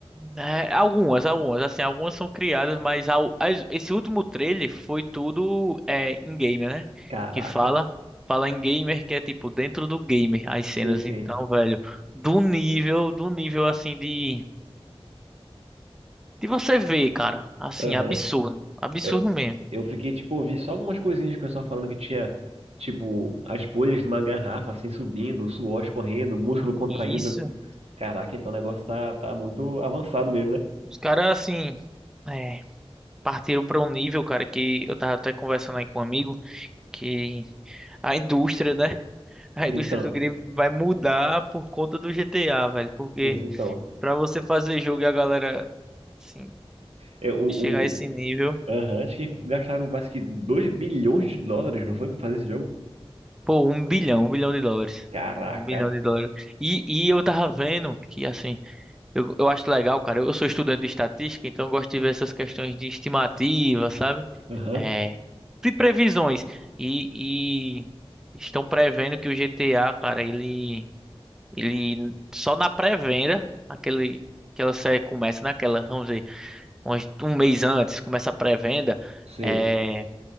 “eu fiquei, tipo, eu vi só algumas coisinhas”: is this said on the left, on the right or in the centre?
Right